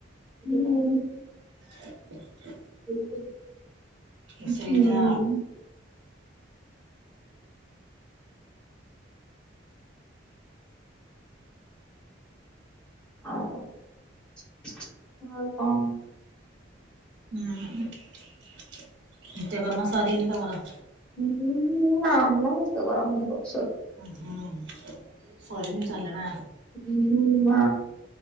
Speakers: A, in the centre; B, on the right.
A: ହୁଁ।
B: <inaudible>
A: ହୁଁ।
B: ରୋଷେଇଟା
A: ଆଉ-ଆଉ କଣ?
B: ହୁଁ ନିତ୍ୟକର୍ମ ସରିନି ତମର?
A: ନା <unintelligible>
B: ହଁ-ହୁଁ ସରିନି ତାହେଲେ ନା?
A: ହୁଁ-ନା।